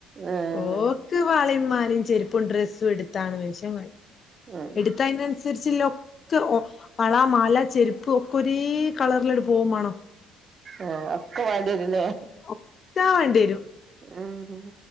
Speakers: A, on the right; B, on the left.
A: ആഹ്
B: ഓക്ക് വളയും മാലയും ചെരുപ്പും ഡ്രെസ്സും എടുത്താണ് മനുഷ്യൻ കൊഴ
A: ആഹ്
B: എടുത്താ അതിനനുസരിച്ചല്ല ഒക്കെ ഒ വള മാല ചെരുപ്പ് ഒക്കെ ഒരേ കളറില് അങ്ങട്ട് പോവുവേം വേണം
A: ആഹ് ഒക്കെ വേണ്ടി വരും അല്ലേ
B: ഒക്കെ വേണ്ടി വരും
A: ഉം ഉം